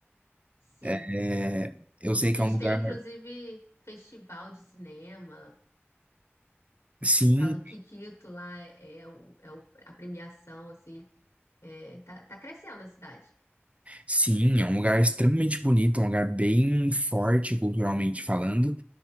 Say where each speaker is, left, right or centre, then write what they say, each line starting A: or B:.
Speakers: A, on the left; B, on the right.
A: sim.
B: É, eu sei que
A: Eles
B: é um lugar
A: têm, inclusive, festival de cinema.
B: Sim,
A: tal do Kikito lá é, é o, é o- a premiação, assim, é, tá, tá crescendo a cidade.
B: Sim, é um lugar extremamente bonito, é um lugar bem forte culturalmente falando,